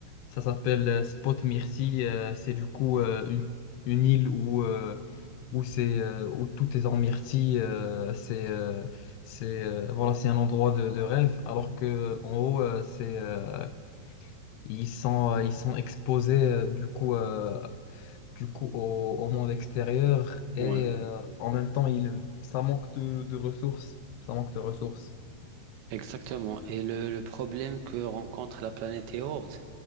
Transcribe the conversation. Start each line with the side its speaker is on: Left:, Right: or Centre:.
Left: Ça s'appelle euh, Spot Myrcy. euh, c'est du coup euh, une, une île où, euh, où, c'est, euh, où tout est en myrtille. euh, c'est euh, c'est euh, voilà, c'est un endroit de, de rêve. Alors que euh, en haut, euh, c'est, euh, ils sont, euh, ils sont exposés euh, du coup, euh, du coup au, au monde extérieur
Right: Ouais,
Left: et euh, en même temps, ils, ça manque de, de ressources. Ça manque de ressources.
Right: exactement. Et le, le problème que rencontre la planète yaourt,